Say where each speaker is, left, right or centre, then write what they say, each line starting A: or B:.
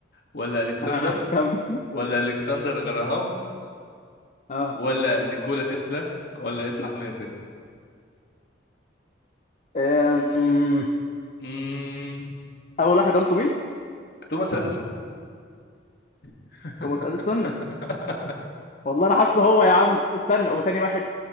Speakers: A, on the left; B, on the left.
A: ولا الكسندر
B: آه كم
A: ولا الكسندر غراهام
B: <laughs> آه
A: ولا نيكولا تسلا ولا اسحاق نيوتن
B: أم...
A: امم
B: أول واحد قلته مين؟
A: توماس اديسون <laughs>
B: توماس أديسون والله أنا حاسه هو يا عم استنى وتاني واحد